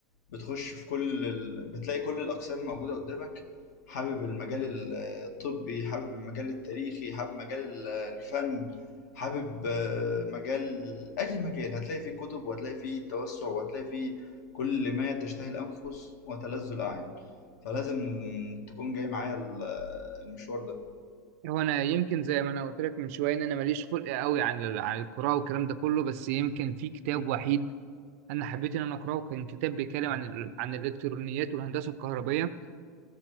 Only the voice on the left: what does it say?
بتخش في كل ال... بتلاقي كل الاقسام موجوده قدامك حابب المجال ال- الطبي حابب المجال التاريخي حابب مجال ال- الفن حابب آه، مجال ال- اي مجال هتلاقي فيه كتب وهتلاقي فيه توسع وهتلاقي فيه كل ما تشتهي الانفس وتلذ الاعين فلازم تكون جاي معايا ال- المشوار ده